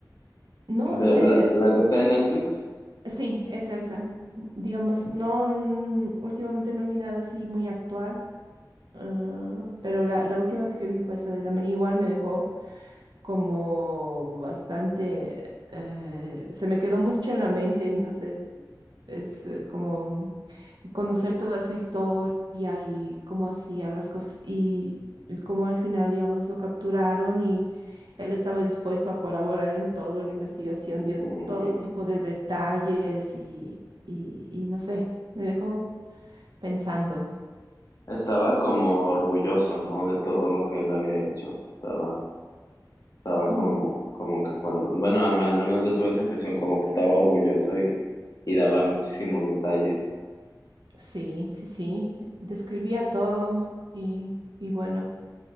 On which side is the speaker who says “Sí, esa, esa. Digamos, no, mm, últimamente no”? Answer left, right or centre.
Right